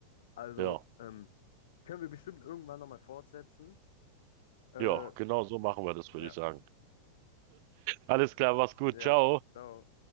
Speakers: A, on the left (about 60°); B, on the right (about 45°).
A: Also,
B: Ja,
A: ähm, können wir bestimmt irgendwann nochmal fortsetzen. Äh,
B: ja, genau so machen wir das,
A: ja,
B: würde ich sagen. Alles klar, mach's gut,
A: ja,
B: ciao.
A: ciao.